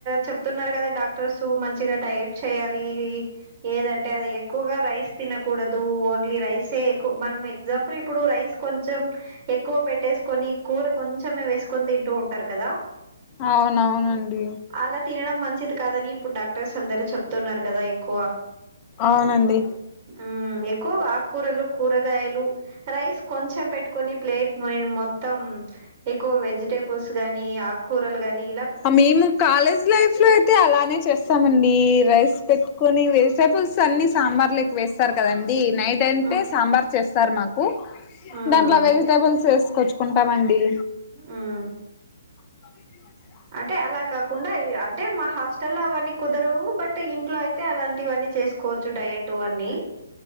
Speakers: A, on the right; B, on the left.
A: చెప్తున్నరు గద డాక్టర్స్ మంచిగ డయట్ చేయాలి ఏదంటే అది ఎక్కువగ రైస్ తినకూడదు ఓన్లీ రైసే ఎక్ మనం ఎగ్జాంపుల్ ఇప్పుడు రై కొంచెం ఎక్కువ పెట్టేసుకొని కూర కొంచమే వేసుకొని తింటు ఉంటరు కద
B: అవునవునండి
A: అల తినడం మంచిది కాదని ఇప్పుడు డాక్టర్స్ అందరు చెప్తున్నారు కద ఎక్కువ
B: అవునండి
A: ఉమ్ ఎక్కువగ ఆక్కురలు కూరగాయలు రైస్ కొంచెం పెట్టుకొని ప్లేట్ మెయ్ మొత్తం ఎక్కువ వెజిటేబుల్స్ గానీ ఆక్కురలు గాని ఇప్
B: అ మేము కాలేజ్ లైఫ్ లో అయితే అలానే చేస్తామండి, రైస్ పెట్టుకొని వెజిటెబుల్స్ అన్ని సాంబార్లక్ వేస్ తరు కదండి నైట్ అంటే
A: మ్మ్
B: సాంబార్ చేస్తారు మాకు,
A: మ్మ్
B: దాంట్ల వెజిటబుల్స్ ఏసుకొచ్ కుంటమండి
A: ఉమ్
B: <inaudible>
A: అంటే అలా కాకుండ ఇ అంటే మా హాస్టల్ల అవన్నీ కుదరవు బట్ ఇంట్లో అయిత్ తే అలాంటివన్నీ చేసుకోవచ్చు డయట్ అన్నీ